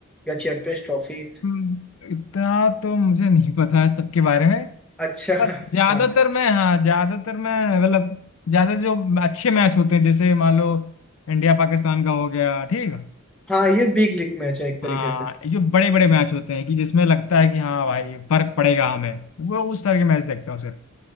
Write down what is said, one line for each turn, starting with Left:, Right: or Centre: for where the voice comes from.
Centre: या चैंपियंस ट्रॉफी
Left: हम्म, इतना तो मुझे नहीं पता है सबके बारे में
Centre: अच्छा
Left: पर ज्यादातर
Centre: हाँ
Left: मैं हाँ ज्यादातर मैं मतलब ज्यादा जो अच्छे मैच होते हैं जैसे मान लो इंडिया पाकिस्तान का हो गया ठीक
Centre: हाँ ये बिग लीग मैच है एक तरीके
Left: हाँ
Centre: से
Left: जो बड़े बड़े मैच होते हैं कि जिसमें लगता है कि हाँ भाई फर्क पड़ेगा हमें वो उस तरह के मैच देखता हूँ सिर्फ